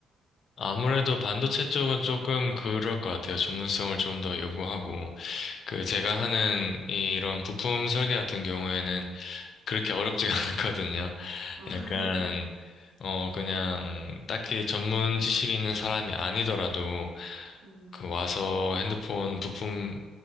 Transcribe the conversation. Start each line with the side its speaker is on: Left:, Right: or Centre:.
Left: 아무래도 반도체 쪽은 조금 그럴 것 같아요. 전문성을 좀 더 요구하고. 그, 제가 하는 이런 부품 설계 같은 경우에는 그렇게 어렵지가 <laughs> 않거든요.
Right: 아, <laughs>
Left: 약간,
Right: 네.
Left: 어, 그냥 딱히 전문 지식이 있는 사람이 아니더라도
Right: 음.
Left: 그 와서 핸드폰 부품에